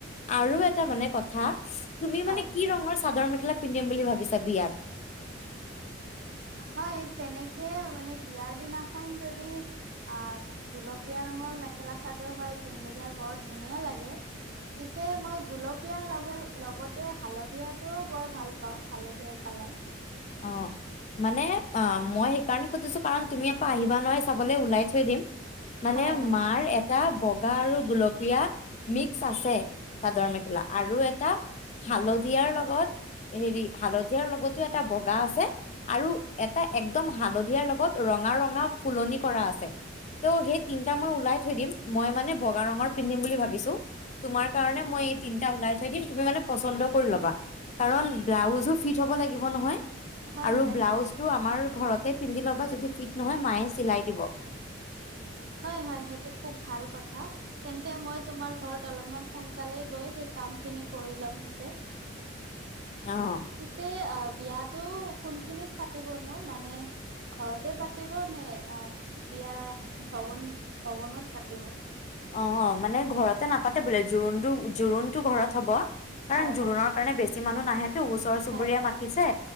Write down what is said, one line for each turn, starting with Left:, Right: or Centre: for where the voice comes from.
Left: আৰু এটা মানে কথা তুমি
Right: হয়
Left: মানে কি ৰঙৰ চাদৰ মেখেলা কি পিন্ধিম বুলি ভাবিছা বিয়াত।
Right: হয় তেনেকে মানে বিয়াৰ দিনাখন যদি আহ গুলপীয়া ৰঙৰ মেখেলা চাদৰ হয় পিন্ধিলে বৰ ধুনীয়া লাগে। পিছে মই গুলপিয়া লগে লগতে হালধিয়াতোও বৰ ভাল পাওঁ হালধীয়া ক তাই <unintelligible>
Left: অ মানে অ মই সেইকাৰণে খুজিছো কাৰণ তুমি আকৌ আহিবা নহয় চাবলৈ ওলাই থৈ দিম। মানে
Right: হয় হয়
Left: মাৰ
Right: নিশ্চয়
Left: এটা বেগ বগা আৰু গুলপীয়া মিক্স আছে চাদৰ মেখেলা আৰু এটা হালধিয়াৰ লগত হেৰি হালধিয়াৰ লগতো। এটা বগা আছে আৰু এটা একদম হালধিয়াৰ লগত ৰঙা ৰঙৰ ফুলনি কৰা আছে। ত' সেই তিনটা মই ওলাই থৈ দিম মই মানে বগা ৰঙৰ পিন্ধিম বুলি ভাবিছো। তোমাৰ কাৰণে মই এই তিটা ওলাই থৈ দিম তুমি মানে পচন্দ কৰি ল'বা। কাৰণ ব্লাউজো ফিট হ'ব লাগিব নহয়
Right: হয়
Left: আৰু
Right: হয়
Left: ব্লাউজটো
Right: নিশ্চয়।
Left: আমাৰ ঘৰত তাতে পিন্ধি লবা যদি ফিট নহয় মায়ে চিলাই দিব
Right: হয় হয় সেইটো খুব ভাল কথা তেন্তে মই তোমাৰ ঘৰত অলপমান সোনকালে গৈ কাম খিনি কৰি ল'ম পিছে
Left: <inaudible> অ
Right: পিছে আহ বিয়াতো। কোনখিনিত পাতিবনো মানে ঘৰতে পাতিব নে অ বিয়া ভৱন ভৱনত পাতিব।
Left: অ মানে ঘৰতে নাপাতে বোলে জোৰোণটো জোৰোণটো ঘৰত হব। কাৰণ
Right: হয়
Left: জোৰোণৰ
Right: হয়
Left: কাৰণে বেছি মানুহ নাহেতো ওচৰ চুবুৰীয়া
Right: হয় হয়
Left: মাতিছে